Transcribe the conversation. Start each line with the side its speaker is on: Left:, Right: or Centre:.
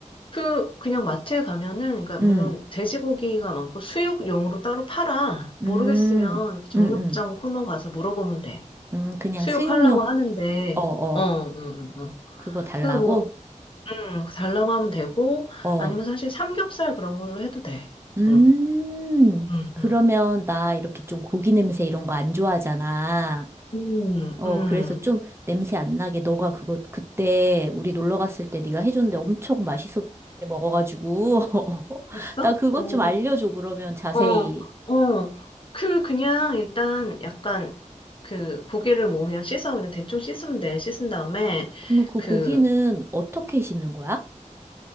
Left: 그, 그냥 마트에 가면은, 그러니까 물론
Right: 음,
Left: 돼지고기가 많고 수육용으로 따로 팔아.
Right: 음,
Left: 모르겠으면 그 정육점
Right: 음, 음,
Left: 코너 가서 물어보면 돼.
Right: 음, 그냥
Left: 수육하려고
Right: 수육용,
Left: 하는데,
Right: 어, 어,
Left: 어, 응, 응, 응.
Right: 그거 달라고?
Left: 그래서 뭐, 음, 달라고 하면 되고,
Right: 어.
Left: 아니면 사실 삼겹살 그런 걸로 해도 돼.
Right: 음,
Left: 응, 응,
Right: 그러면
Left: 응.
Right: 나 이렇게 좀 고기 냄새 이런 거 안 좋아하잖아.
Left: 음,
Right: 어,
Left: 음.
Right: 그래서 좀 냄새 안 나게 너가 그거 그때 우리 놀러 갔을 때 네가 해줬는데 엄청 맛있게 먹어가지고 <laughs>
Left: 됐어?
Right: 나 그것
Left: 어,
Right: 좀 알려줘 그러면 자세히.
Left: 어, 어. 그, 그냥 일단 약간 그 고기를 뭐 그냥 씻어, 그냥 대충 씻으면 돼. 씻은 다음에
Right: 그러면 그
Left: 그,
Right: 고기는 어떻게 씻는 거야?